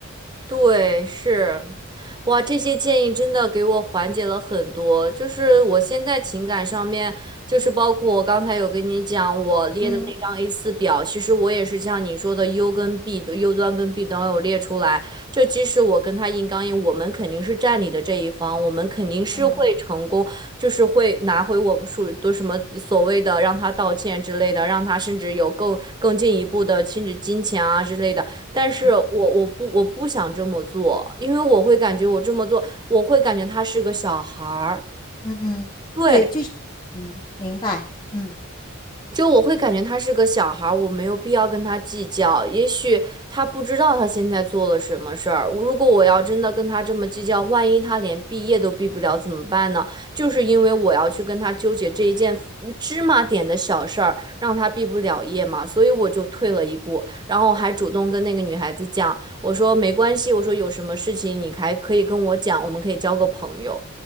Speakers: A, on the right (about 20°); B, on the left (about 20°).
A: 对，是，哇，这些建议真的给我缓解了很多。就是我现在情感上面，就是包括我刚才有跟你讲我列的那张
B: 嗯
A: a 四表，其实我也是像你说的 U 跟 B 的 U 端跟 B 端有列出来。就即使我跟他硬刚硬，我们肯定是占理的这一方，我们肯定是会成功，
B: 嗯
A: 就是会拿回我们属于的什么所谓的的，的的。让让他他道歉之之类类甚至有更更进一步金钱啊但是我我不我不想这么做，
B: 嗯
A: 因为我会感觉我这么做，我会感觉他是个小孩儿。
B: 嗯嗯，
A: 对，
B: 对，就是嗯，明白，嗯
A: 就我会感觉他是个小孩儿，我没有必要跟他计较。也许他不知道他现在做了什么事儿。我如果我要真的跟他这么计较，万一他连毕业都毕不了怎么办呢？就是因为我要去跟他纠结这一件嗯芝麻点的小事儿，让他毕不了业嘛，所以我就退了一步，然后还主动跟那个女孩子讲，我说没关系，我说有什么事情你还可以跟我讲，我们可以交个朋友。